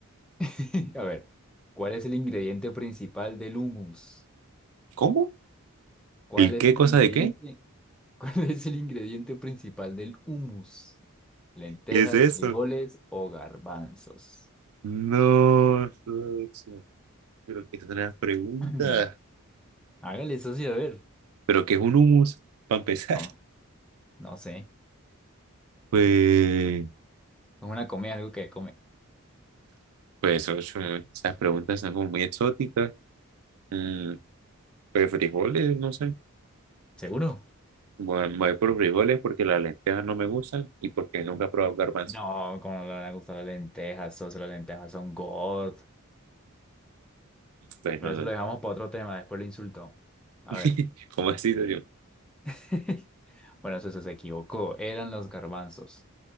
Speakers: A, in the centre; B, on the right.
A: <laughs> A ver, ¿cuál es el ingrediente principal del hummus?
B: ¿Cómo?
A: ¿Cuál
B: ¿El
A: es
B: qué
A: el
B: cosa
A: ingrediente?
B: de qué?
A: <laughs> ¿Cuál es el ingrediente principal del hummus? ¿Lentejas,
B: ¿Qué es eso?
A: frijoles o garbanzos?
B: No, socio, pero que es una pregunta.
A: <clears throat> Hágale, socio, a ver.
B: ¿Pero qué es un humus? Para empezar.
A: No,
B: <laughs>
A: no sé.
B: Pues,
A: Es una comida, algo que come.
B: pues socio, esas preguntas son como muy exóticas. Mm, pues frijoles, no sé.
A: ¿Seguro?
B: Bueno, me voy por frijoles porque las lentejas no me gustan y porque nunca he probado garbanzo.
A: No, como no le van a gustar las lentejas, socio, las lentejas son God.
B: Pues
A: Pero
B: no,
A: eso
B: no.
A: lo dejamos para otro tema, después lo insultó. A
B: <laughs>
A: ver.
B: ¿Cómo así, serio?
A: <laughs> Bueno, socio, se equivocó. Eran los garbanzos.